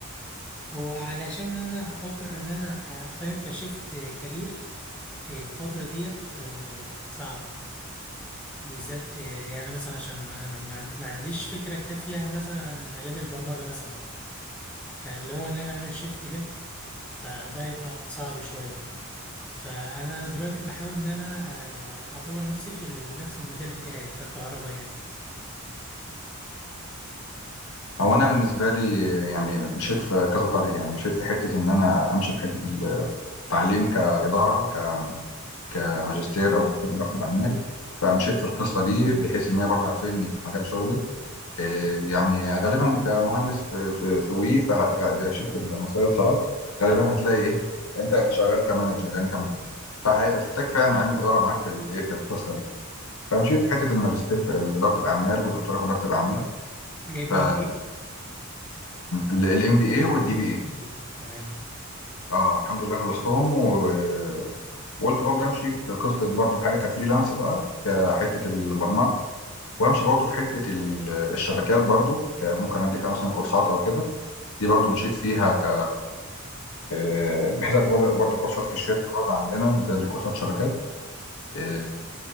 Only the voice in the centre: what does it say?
هو علشان انا افكر ان انا اغير كشفت كارير في الفتره ديت آه، صعب بالذات يعني مثلا عشان انا ما عن- ما عنديش فكره كافيه مثلا عن مجال البرمجه مثلا فاللي هو ان انا اعمل شيفت لب فده هيبقى صعب شويه فانا دلوقتي بحاول ان انا آه، اطور نفسي في ال- نفس المجال بتاعي ككهرباء يعني
اللي هي بي
ام بي
ام بي تمام